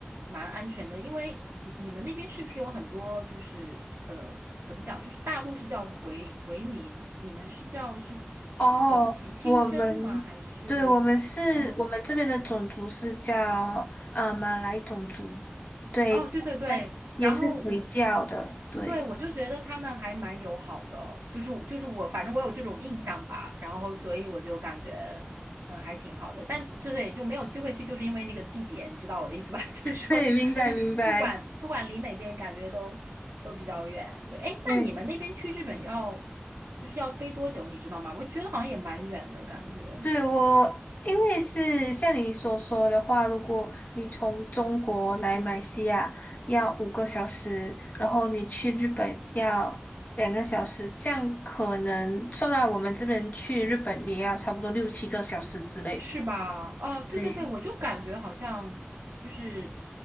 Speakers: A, on the right (about 80°); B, on the left (about 35°).
A: 蛮安全的，因为你你们那边是不是有很多就是呃怎么讲，就是大陆是叫回回民，你们是叫是清呃清清真吗？
B: 哦，我们对，
A: 还是
B: 我们是，
A: 嗯
B: 我们这边的种族是叫呃马来种族，对，
A: 哦，对对对，
B: 他们也是回教的，
A: 然后我。
B: 对，
A: 对，我就觉得他们还蛮友好的，就是就是我，反正我有这种印象吧，然后所以我就感觉，嗯，还挺好的，但就对，就没有机会去，就是因为那个地点，你知道我的意思吧？<laughs> 就是说，
B: 对，明白明白，
A: <laughs> 不管不管离哪边，感觉都都比较远。对，哎，
B: 对，
A: 那你们那边去日本要就是要飞多久，你知道吗？我觉得好像也蛮远的感觉。
B: 对我，因为是像你所说的话，如果你从中国来马来西亚要五个小时，然后你去日本要两个小时，这样可能算到我们这边去日本也要差不多六七个小时之类。
A: 是吧？哦，对对对，
B: 对
A: 我就感觉好像就是